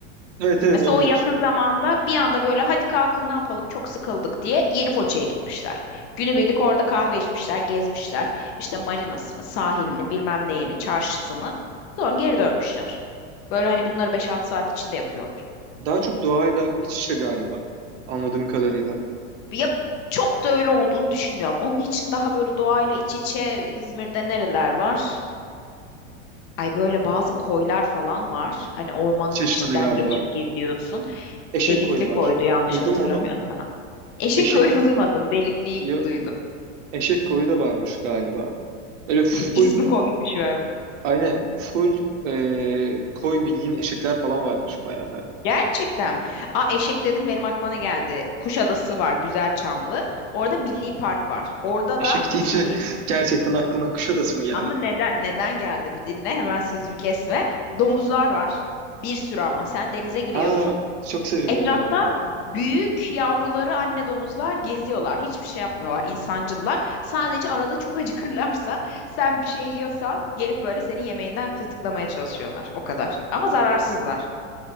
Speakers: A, on the right; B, on the left.
A: Evet evet
B: Mesela
A: onu
B: o
A: diyorsun.
B: yakın zamanda bir anda böyle hadi kalkın ne yapalım çok sıkıldık diye yeni Foça'ya gitmişler. Günübirlik orada kahve içmişler, gezmişler. İşte marinasını, sahilini, bilmem neyini, çarşısını. Sonra geri dönmüşler. Böyle hani bunları beş 6 saat içinde yapıyorlar.
A: Daha çok doğayla iç içe galiba anladığım kadarıyla.
B: Ya çok da öyle olduğunu düşünmüyorum. Onun için daha böyle doğayla iç içe İzmir'de nereler var? Ay böyle bazı koylar falan var. Hani ormanın
A: Çeşme'de
B: içinden
A: galiba.
B: geçip gidiyorsun.
A: Eşek
B: Delikli
A: koyu var.
B: koydu yanlış
A: Duydum
B: hatırlamıyorsam.
A: onu.
B: Eşek
A: Eşek
B: oyunu duymadın. delikliyi
A: ya-
B: duydum.
A: eşek koyu da varmış galiba. Öyle full
B: <laughs> İsmi komikmiş bir arada.
A: aynen full e, koy bildiğin eşekler falan varmış baya baya.
B: Gerçekten mi? Aa, eşek dedim benim aklıma ne geldi? Kuşadası var. Güzelçamlı. Orada Milli Park var. Orada
A: Eşek
B: da bildiğin
A: deyince <laughs> gerçekten aklına Kuşadası mı geldi?
B: ama neden neden geldi bir dinle. Hemen sözümü kesme. Domuzlar var. Bir sürü ama. Sen denize giriyorsun.
A: Aa çok sevimli
B: Etrafta
A: oluyorlar ya.
B: büyük yavruları anne domuzlar geziyorlar. Hiçbir şey yapmıyorlar insancıllar. Sadece arada çok <laughs> acıkırlarsa sen bir şey yiyorsan gelip böyle senin yemeğinden tırtıklamaya çalışıyorlar. O kadar. Ama zararsızlar.